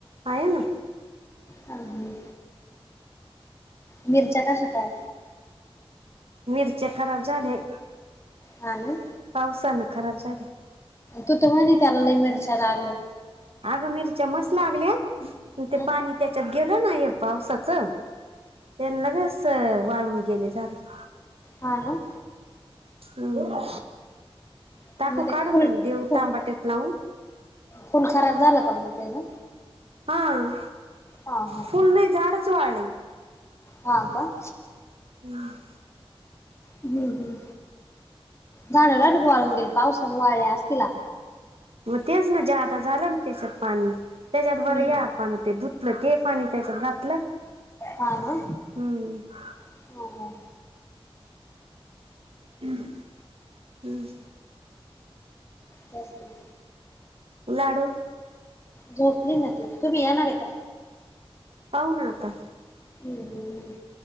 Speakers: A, on the right; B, on the left.
A: आहे ना.
B: हं हं. मिरच्या कशा काय?
A: मिरचे खराब झाले.
B: हा ना.
A: पावसानं खराब झाले.
B: तू तर म्हणे त्याला लय, मिरच्या लागल्या.
A: अगं मिरचा मस्त, लागल्या ते
B: हं?
A: पाणी. तेच्यात गेल ना हे पावसाच, त्यांना लगेच वाळून गेले झालं.
B: हा ना.
A: हम्म. टाकू
B: मग ते
A: काढून
B: फुल
A: आणि, देऊ
B: फुल
A: टमाट्यात लावून.
B: फुल खराब झालं का, मग त्याचं.
A: हां.
B: हा हा
A: फुल नाही झाडच वाळय.
B: हा कां.
A: हम..
B: हम्म हम्म.. झाडं <unintelligible> वाळून गेली पावसामुळं वाळले असतीला.
A: मग तेच ना ज्या आता झालं ना, त्याच्यात पाणी. तेच्यात बरं
B: हं.
A: या आपण ते, धुतलं की पाणी तेच्यात घातलं.
B: हा ना
A: हम्म
B: हा हा
A: हम् हम्म.
B: तस नाही.
A: लाडू.
B: झोपली ना ती, तुम्ही येणार आहे का?
A: पाहूना आता.
B: हम्.